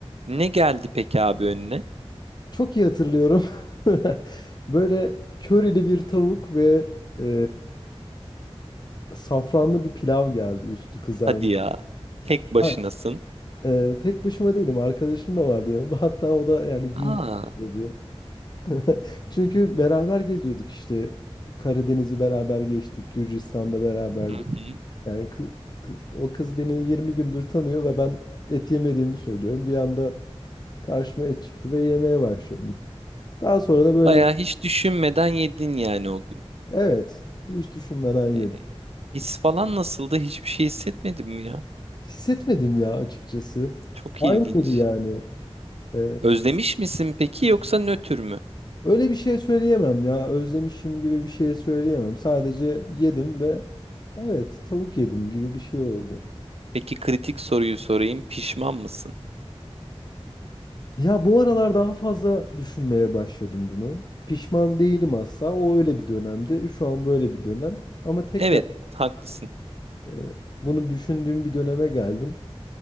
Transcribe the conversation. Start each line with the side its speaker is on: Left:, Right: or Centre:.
Right: Ne geldi peki abi önüne?
Left: çok iyi hatırlıyorum. <laughs> Böyle körili bir tavuk ve e, safranlı bir pilav geldi üstü kızarmış.
Right: Hadi ya. Tek başınasın.
Left: Ben, e, tek başıma değilim arkadaşım da vardı yanımda <laughs> hatta o da yani güldü.
Right: Aa.
Left: sadece. <laughs> Çünkü beraber geziyorduk işte Karadeniz'i beraber geçtik Gürcistan'da beraberdik.
Right: Hı hı.
Left: Yani kı- kı- o kız beni 20 gündür tanıyor ve ben et yemediğimi söylüyorum. Bir anda karşıma et çıktı ve yemeye başladım. Daha sonra da böyle
Right: Bayağı hiç düşünmeden yedin yani o gün.
Left: evet hiç düşünmeden yedim.
Right: E, his falan nasıldı? Hiçbir şey hissetmedim ya.
Left: Hissetmedim ya açıkçası.
Right: Çok
Left: Aynıydı
Right: ilginç.
Left: yani. E,
Right: Özlemiş misin peki yoksa nötr mü?
Left: Öyle bir şey söyleyemem ya. Özlemişim gibi bir şey söyleyemem. Sadece yedim ve evet tavuk yedim gibi bir şey oldu.
Right: Peki kritik soruyu sorayım. Pişman mısın?
Left: Ya bu aralar daha fazla düşünmeye başladım bunu. Pişman değilim asla. O öyle bir dönemdi. Şu an böyle bir dönem. Ama tekrar
Right: Evet, haklısın.
Left: e, bunu düşündüğüm bir döneme geldim.